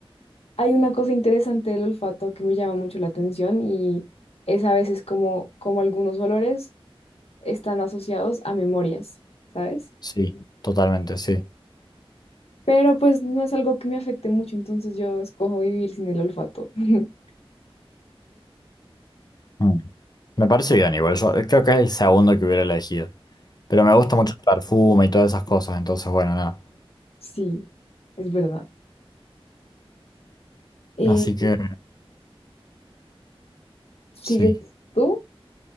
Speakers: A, on the left; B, on the left.
A: Hay una cosa interesante del olfato que me llama mucho la atención y es a veces como, como algunos olores están asociados a memorias, ¿sabes?
B: Sí, totalmente, sí.
A: Pero pues no es algo que me afecte mucho, entonces yo escojo vivir sin el olfato. <laughs>
B: Mm. Me parece bien igual. Yo eh, creo que es el segundo que hubiera elegido. Pero me gusta mucho el perfume y todas esas cosas, entonces bueno, nada.
A: Sí, es verdad. Eh,
B: Así que
A: ¿sigues
B: sí,
A: tú?